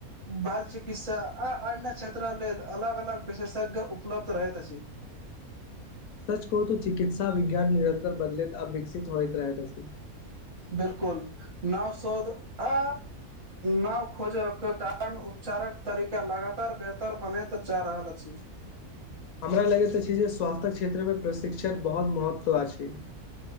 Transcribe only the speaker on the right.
बाल चिकित्सा आ अन्य क्षेत्र लेल अलग अलग विशेषज्ञ उपलब्ध रहैत छथि।
बिल्कुल नव सोध आ नाव खोजयके कारण उपचारक तरीका लगातार बेहतर बनैत जा रहल अछि